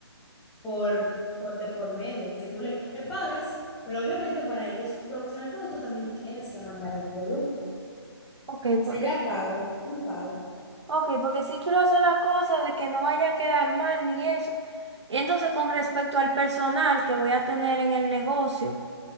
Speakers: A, in the centre; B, on the right.
A: por, por, de por medio, que tú le, le pagues, pero obviamente para ellos promocionar el producto también tienes que mandar el producto.
B: ok, porque,
A: Sería pago, un pago.
B: ok, porque sí quiero hacer la cosa de que no vaya a quedar mal ni eso. Y entonces con respecto al personal que voy a tener en el negocio.